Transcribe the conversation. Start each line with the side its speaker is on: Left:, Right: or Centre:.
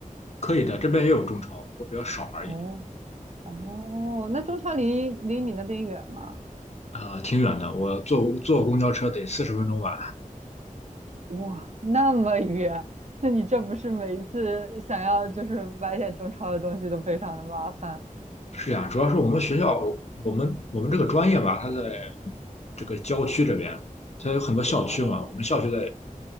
Left: 可以的，这边也有中超，不过比较少而已。
Right: 哦哦，那中超离离你那边远吗？
Left: 呃，挺远的，我坐坐公交车得四十分钟吧，
Right: 哇，那么远，那你这不是每一次想要就是买点中超的东西都非常的麻烦
Left: 是呀，主要是我们学校，我我们我们这个专业吧，它在这个郊区这边，它有很多校区嘛。
Right: 哦
Left: 我们校区在